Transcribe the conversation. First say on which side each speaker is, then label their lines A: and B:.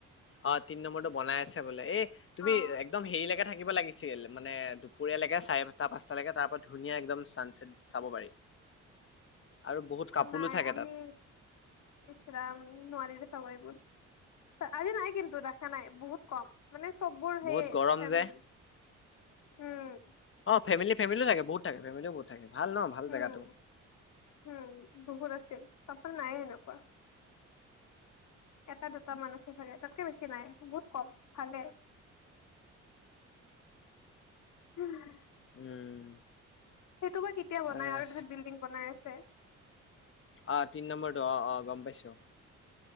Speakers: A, on the left; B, on the left.
A: অ', তিনি নম্বৰটো বনাই আছে বোলে এই তুমি
B: অ'
A: একদম হেৰি লৈকে থাকি। থাকিব লাগিছিল মানে দুপৰীয়ালৈকে চাৰিটা পাঁচটালৈকে তাৰ পৰা ধুনীয়া একদম চানচেটটো চাব পাৰি। <inaudible>
B: একো
A: কাপোলো
B: নাই
A: থাকে
B: আমি
A: তাত
B: ইচ ৰাম নোৱাৰি। হ'ব এইবোৰ আজি নাই কিন্তু দেখা নাই বহুত কম। মানে চব বোৰ সেইয়ে
A: বহুত গৰম
B: ফেমলি
A: যে
B: উম।
A: ফেমেলি, ফেমেলি থাকে বহুত থাকে ফেমেলি ও বহুত থাকে। ভাল ন ভাল
B: উম,
A: জেগাটো
B: হম বহুত আছিল কাপল নাই এ এনেকুৱা। এটা দুটা মানহে আছিল চাগে তাতকে বেছি নাই বহুত কম ভালে। উম।
A: উম।
B: সেইটো বা কেতিয়া বনাই
A: আহ
B: আৰু এটা যে বিল্ডিং বনাই আছে।
A: অহ তিনি নম্বৰটো অ অ গম পাইছোঁ।